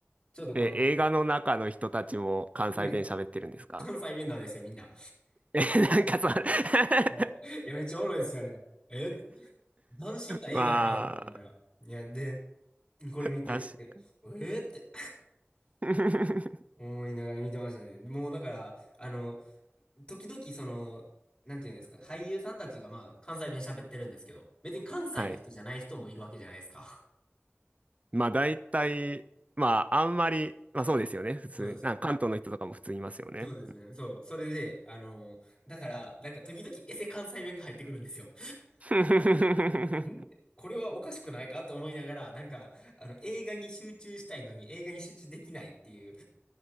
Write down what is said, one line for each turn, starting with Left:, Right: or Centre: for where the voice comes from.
Left: ちょっとこの、
Right: え、映画の中の人たちも関西弁喋ってるんですか
Left: みんな関西弁なんですよ、みんな。
Right: <laughs> え、なんかさ、<laughs>
Left: はいいや、めっちゃおもろいですよね。えって斬新な映画やなと思いながら。
Right: まあ、
Left: いや、で、これ見て、
Right: 確
Left: ええって
Right: か <laughs>
Left: <laughs> 思いながら見てましたね。もうだから、あの、時々その、なんていうんですか、俳優さんたちがまあ関西弁喋ってるんですけど、別に関西の人じゃない人もいるわけじゃないですか。
Right: はい。まあ、大体、まあ、あんまり、まあそうですよね。
Left: <laughs>
Right: 普通、
Left: そうです。
Right: なんか関東の人とかも普通いますよね。
Left: そうですね。そう。それで、あのーだから、なんか時々エセ関西弁が入ってくるんですよ。
Right: <laughs>
Left: <laughs> んこれはおかしくないかと思いながら、なんか、あの、映画に集中したいのに映画に集中できないっていう、